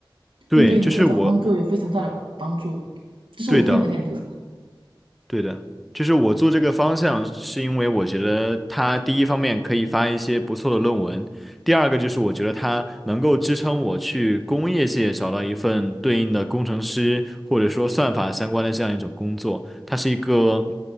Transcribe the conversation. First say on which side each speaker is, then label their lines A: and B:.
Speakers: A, in the centre; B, on the right.
A: 对，
B: 会对你以后找工作有非常大的帮助，
A: 就是我，
B: 这是我个人的感觉。
A: 对的。对的，就是我做这个方向，是因为我觉得它第一方面可以发一些不错的论文，第二个就是我觉得它能够支撑我去工业界找到一份对应的工程师或者说算法相关的这样一种工作，它是一个